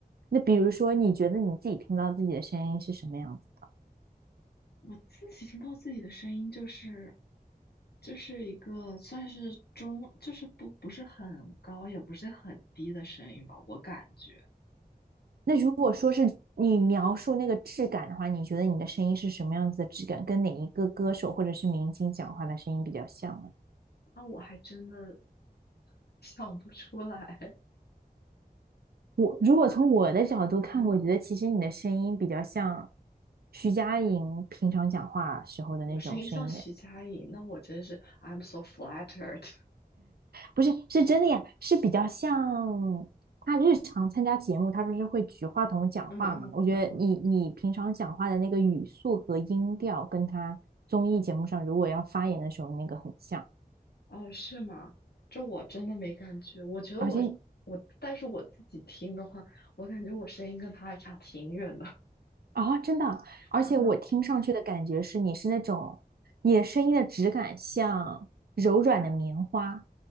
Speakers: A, on the right; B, on the left.
A: 那比如说，你觉得你自己听到自己的声音是什么样子的？
B: 我自己听到自己的声音，就是就是一个算是中，就是不不是很高，也不是很低的声音吧，我感觉。
A: 那如果说是你描述那个质感的话，你觉得你的声音是什么样子的质感？跟哪一个歌手或者是明星讲话的声音比较像呢？
B: 那我还真的 <laughs> 想不出来，
A: 我如果从我的角度看，
B: <laughs> 嗯
A: 我觉得其实你的声音比较像徐佳莹平常讲话时候的那种声音的
B: 我声音像徐佳莹，那我真是 I'm so flattered。
A: 不是，是真的呀，是比较像他日常参加节目，他不是会举话筒讲话嘛？
B: <laughs> 嗯嗯嗯，
A: 我觉得你你平常讲话的那个语速和音调，跟他综艺节目上如果要发言的时候那个很像，
B: 哦，是吗？这我真的没感觉。我觉得我我，
A: 而且
B: 但是我自己听的话，我感觉我声音跟他还差挺远的，
A: 啊、真的，
B: <laughs>
A: 而且我听上去的感觉是你是那种你的声音的质感像柔软的棉花，
B: 真的。